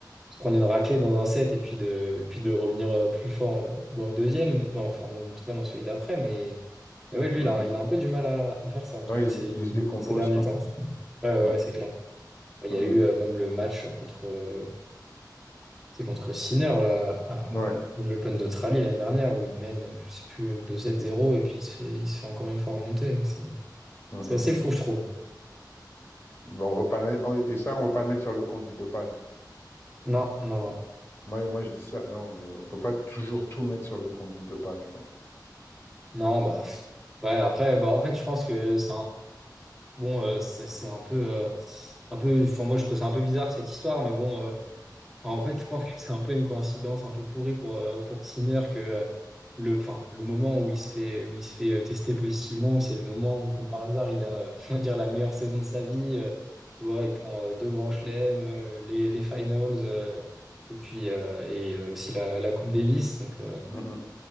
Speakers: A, in the centre; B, on the left.
A: se prendre une raclée dans un set et puis de, et puis de revenir euh, plus fort euh, dans le deuxième, non, enfin en tout cas dans celui d'après, mais, mais ouais, lui,
B: Mmh,
A: il
B: mmh.
A: a, il a un peu du mal à, à faire ça, en tout
B: Ouais,
A: cas ces,
B: ils, ils se décomposent
A: ces derniers
B: quand
A: temps.
B: même.
A: Ouais, ouais,
B: Ouais.
A: ouais, c'est clair. Il
B: Mm,
A: y a eu euh, même le match contre, euh, c'est contre Sinner, là, à, à
B: mm. Ouais.
A: l'Open d'Australie l'année dernière, où il mène, euh, je sais plus, deux 7 zéro et puis il se fait, il se fait encore une fois remonter. C'est,
B: Mm,
A: c'est
B: mm,
A: assez fou,
B: mm.
A: je trouve.
B: Bon, on va pas le mettre... oh, et ça, on va pas le mettre sur le compte du dopage. hein.
A: Non, non, non.
B: Moi, moi, je dis ça. Non, on peut pas toujours tout mettre sur le compte du dopage, quoi.
A: Non, bah, pff. ouais, après, bah, en fait, je pense que ça Bon, euh, c'est c'est un peu, euh, un peu. Enfin, moi, je trouve ça un peu bizarre cette histoire, mais bon. euh, enfin, en fait, je pense que c'est un peu une coïncidence un peu pourrie pour euh, pour Sinner que euh, le, enfin, le moment où il se fait où il se fait euh, tester positivement, c'est le moment où, comme par hasard, il a, euh, <laughs> on va dire, la meilleure saison de sa vie. euh, tu vois, il prend euh, deux grands chelems, euh, les les finals, euh, et puis euh, et euh, aussi la la Coupe Davis. Donc, euh,
B: Mm, mm.